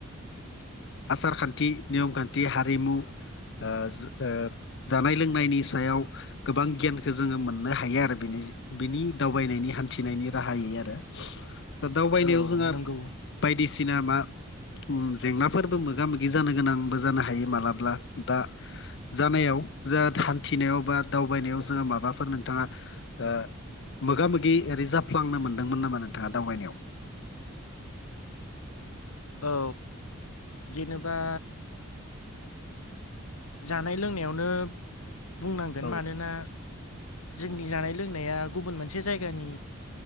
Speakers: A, on the left (about 55°); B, on the left (about 85°).
A: आसार खान्थि नियम खान्थि हारिमु ओ ओ जानाय लोंनायनि सायाव गोबां गियानखौ जोङो मोननो हायो आरो बेनि बिनि दावबायनायनि हान्थिनायनि राहायै आरो दा दावबायनायाव
B: औ
A: जोंहा
B: नंगौ
A: बायदिसिना मा उम जेंनाफोरबो मोगा मोगि जानो गोनांबो जानो हायो मालाब्ला दा जानायाव जा हान्थिनायाव बा दावबायनायाव जोङो माबाफोर नोंथाङा ओ मोगा मोगि ओरै जाफ्लांनो मोनदोंमोन नामा नोंथाङा दावबायनायाव
B: औ जेनेबा जानाय लोंनायावनो बुंनांगोन
A: औ
B: मानोना जोंनि जानाय लोंनाया गुबुन मोनसे जायगानि